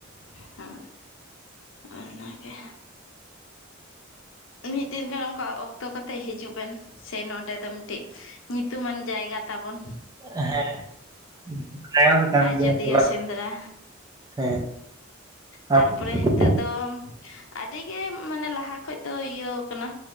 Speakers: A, on the left (about 70°); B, on the right (about 20°).
A: ᱦᱮᱸ ᱚᱱᱱᱟᱜᱮ᱾ ᱢᱤᱫ ᱫᱤᱱ ᱜᱟᱱ ᱚᱱᱠᱟ ᱚᱠᱛᱚ ᱠᱟᱛᱮᱜ ᱦᱤᱡᱩᱜ ᱵᱮᱱ ᱥᱮ ᱱᱚᱰᱮ ᱫᱚ ᱢᱤᱫᱴᱤᱡ ᱧᱩᱛᱩᱢᱟᱱ ᱡᱟᱭᱜᱟ ᱛᱟᱵᱚᱱ᱾
B: ᱦᱮᱸ᱾ <unintelligible> ᱫᱚ ᱠᱟᱱ ᱜᱮᱭᱟ
A: ᱟᱡᱚᱫᱤᱭᱟᱹ
B: ᱦᱮᱸᱥᱮ ᱵᱟᱝ?
A: ᱥᱮᱸᱫᱽᱨᱟ
B: ᱦᱮᱸ ᱾ <inaudible>
A: ᱛᱟᱨᱯᱚᱨᱮ ᱱᱤᱛᱚᱜ ᱫᱚᱢ ᱟᱹᱰᱤ ᱜᱮ ᱢᱟᱱᱮ ᱞᱟᱦᱟ ᱠᱷᱚᱡ ᱛᱚ ᱤᱭᱟᱹᱣ ᱠᱟᱱᱟ